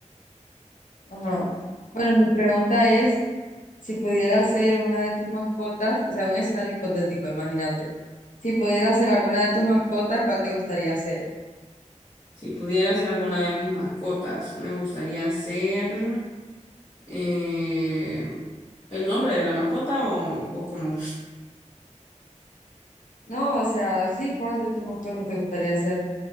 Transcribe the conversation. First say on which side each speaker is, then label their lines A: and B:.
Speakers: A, on the left (about 85°); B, on the left (about 45°).
A: Ajá. Bueno, mi pregunta es, si pudiera ser una de tus mascotas, o sea, un escenario hipotético, imagínate, si pudiera ser alguna de tus mascotas, ¿cuál te gustaría ser?
B: Si pudiera ser alguna de mis mascotas, me gustaría ser eh, el nombre de la mascota o, o cómo.
A: No, o sea, sí, ¿cuál de tus mascotas te gustaría ser?